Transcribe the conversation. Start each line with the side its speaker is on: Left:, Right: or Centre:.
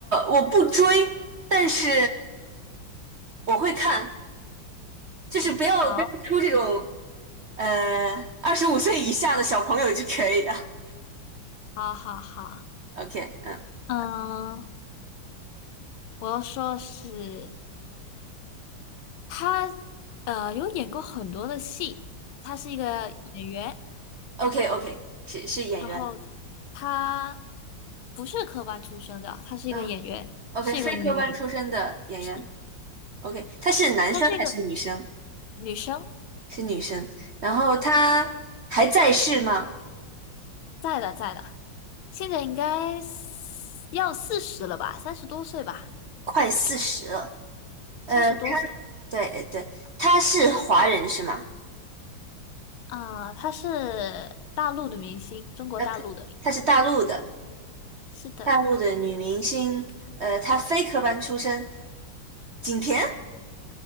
Right: 我不追，但是我会看，就是不要跟出这种
Left: 好，
Right: 呃二十五岁以下的小朋友就可以啊。
Left: 好，好，好。
Right: OK，嗯
Left: 嗯，我要说的是他，呃，有演过很多的戏，他是一个演员。
Right: ，OK，OK，OK，是是演员，
Left: 然后她不是科班出身的，她是一个演员，
Right: 嗯，OK，
Left: 是一个女，
Right: 非科班出身的演员。
Left: 是
Right: OK，他是男生还是女生？
Left: 她是一个女生，
Right: 是女生。然后他还在世吗？
Left: 在的在的，现在应该四要四十了吧，三十多岁吧，
Right: 快四十了。呃，
Left: 三十多岁
Right: 他对对，他是华人是吗？
Left: 啊，她是大陆的明星，中国大陆的明，
Right: 呃，他他是大陆的，
Left: 是的，
Right: 大陆的女明星。呃，她非科班出身，景甜